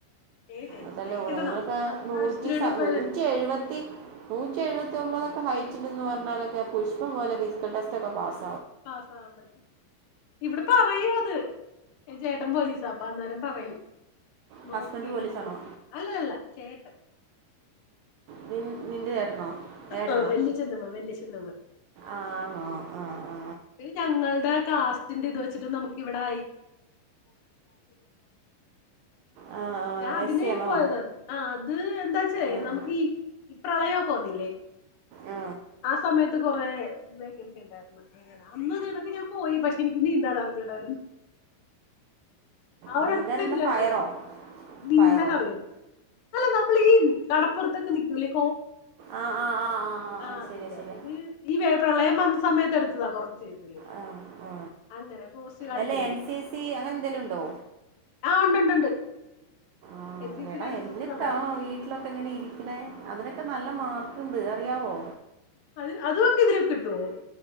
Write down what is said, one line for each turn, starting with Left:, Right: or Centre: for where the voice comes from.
Left: ഏയ് ടെൻഷൻ
Right: അതല്ലേ
Left: അടിക്കണ്ട
Right: ഓണ നിങ്ങക്ക
Left: നമ്മള് നമ്മടെ
Right: നൂറ്റി
Left: ആവശ്യത്തിന് വേണ്ടി പോയതല്ലേ
Right: നൂറ്റി എഴുപത്തി നൂറ്റി എഴുപത്തി ഒമ്പത്ഒ ക്കെ ഹൈറ്റ് എ ന്ന് പറഞ്ഞാലൊക്കെ പുഷ്പം പോലെ ഫിസിക്കൽ ടെസ്റ്റക്കെ പാസ്സാവും
Left: പാസാവാൻ പറ്റും ഇവിടെ പറയൂ അത് ചേട്ടൻ പോലീസാ അപ്പ അന്നേരം പറയും നോക്കി
Right: ഹസ്ബൻഡ് പോലീസാണോ
Left: അല്ല അല്ല ചേട്ടൻ
Right: പിൻ നിന്റെ ഏട്ടനോ ഏട്ടനോ
Left: ആഹ് വല്യച്ഛന്റമ്മ വല്യച്ഛന്റമ്മ
Right: ആണോ ആ ആ
Left: ഞങ്ങളുടെ കാസ്റ്റ് ന്റെ ഇത് വെച്ചിട്ട് നമുക്ക് ഇവിടെ
Right: ആ
Left: ഞാൻ അതിനെ
Right: എസ് സി
Left: ഞാൻ
Right: ആണോ
Left: പോയത ആ അത് എന്താച്ചേ
Right: ഉം,
Left: നമ്മുക്ക് ഈ പ്രളയം പോന്നില്ലേ
Right: ആ
Left: ആ സമയത്ത് കൊറെ വേക്കൻസി ണ്ടരുന്നു അന്ന് ഇത്ണെങ്കിൽ ഞാൻ പോയി പക്ഷെ എനിക്ക് നീന്താൻ അറിഞ്ഞോടായിരുന്നു ആ ഒരറ്റ
Right: നീ എന്തായാലും
Left: ഇതിലാ
Right: എന്താ ഫയറോ
Left: പോയത് നീന്താൻ
Right: ഫയറോ
Left: അറിയാവ അല്ല നമ്മൾ ഈ കടപ്പുറത്തൊക്കെ നിക്കൂലെ
Right: ആ ആ ആ
Left: ആ അതില്ല
Right: ശരിയാ ശരിയാ
Left: അതെ ഈ പ്രളയം വന്ന് സമയത്ത് എടുത്തതാ കുറച്ച് ഇതില്
Right: ആഹ ആ
Left: അങ്ങനെ കോസ്റ്റ് ഗാർഡിന്റെ
Right: അല്ല
Left: ഇതില്
Right: എൻ സിസി അങ്ങനെ എന്തെലും ഉണ്ടോ
Left: ആ ഉണ്ട് ഉണ്ട് ഉണ്ട്
Right: ആഹ
Left: എൻ സി സിയിലും
Right: എടാ
Left: എൻ
Right: എന്നിട്ടാണോ
Left: എസ് എസിലും ഉണ്ടായിരുന്നു
Right: വീട്ടിലൊക്കെ എങ്ങനെ ഇരിക്കണേ അതിനൊക്കെ നല്ല മാർക്കുണ്ട് അറിയാവോ
Left: അ അതുമൊക്കെ ഇതിൽ കിട്ടുമോ